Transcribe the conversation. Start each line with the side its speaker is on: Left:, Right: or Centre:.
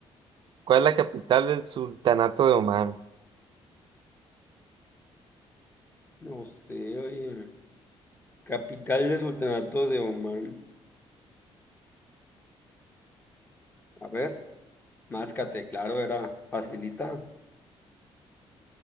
Right: ¿Cuál es la capital del Sultanato de Omán?
Left: No sé, oye. Capital del Sultanato de Omán. A ver, Máscate, claro, era facilita.